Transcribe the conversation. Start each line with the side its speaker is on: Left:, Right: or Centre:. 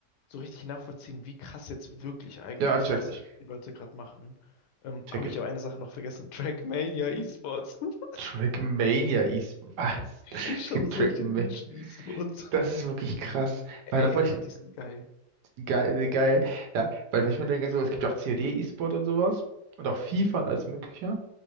Left: so richtig nachvollziehen, wie krass jetzt wirklich eigentlich
Right: Ja, check
Left: das
Right: ich.
Left: ist, was die Leute gerade machen. Ähm,
Right: Check
Left: oh, ich
Right: ich.
Left: habe eine Sache noch vergessen. Trackmania E-Sports. <laughs>
Right: Trackmania E-Sport. Was?
Left: Ich
Right: Es
Left: schaue
Right: gibt
Left: solche
Right: Trackmania.
Left: Nischen-E-Sports.
Right: Das ist wirklich krass.
Left: <laughs>
Right: Weil
Left: Ey,
Right: da wollte
Left: aber
Right: ich.
Left: die sind geil.
Right: Geil, geil. Ja, weil, weil ich mir denke, so, es gibt ja auch COD E-Sport und sowas. Und auch FIFA
Left: Mhm.
Right: und
Left: mhm.
Right: alles Mögliche.